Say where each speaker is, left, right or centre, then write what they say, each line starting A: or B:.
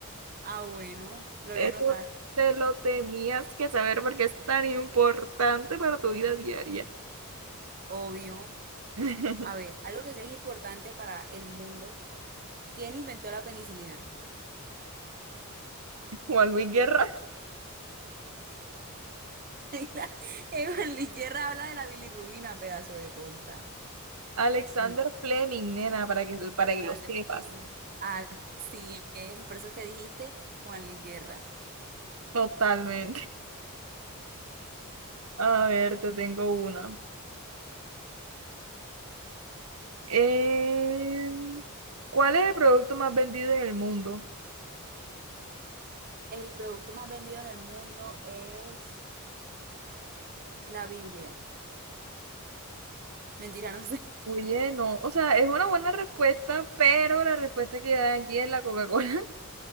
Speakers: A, on the right; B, on the right.
A: Ah, bueno, lo
B: Eso
A: voy a anotar,
B: te lo tenías que saber porque es tan importante para tu vida diaria.
A: obvio.
B: <laughs>
A: A ver, algo que sea importante para el mundo. ¿Quién inventó la penicilina?
B: Juan Luis Guerra,
A: <laughs> Evelyn Guerra habla de la bilirrubina, pedazo de tonta.
B: Alexander
A: No,
B: Fleming, nena, para que, para que
A: Sandra,
B: lo sepas.
A: sí. así es, por eso es que dijiste Juan Luis Guerra.
B: Totalmente. A ver, te tengo una. Eh, ¿cuál es el producto más vendido en el mundo?
A: El producto más vendido en el mundo es la Biblia. Mentira, no sé. <laughs>
B: Oye, no, o sea, es una buena respuesta, pero la respuesta que dan aquí es la Coca-Cola. <laughs>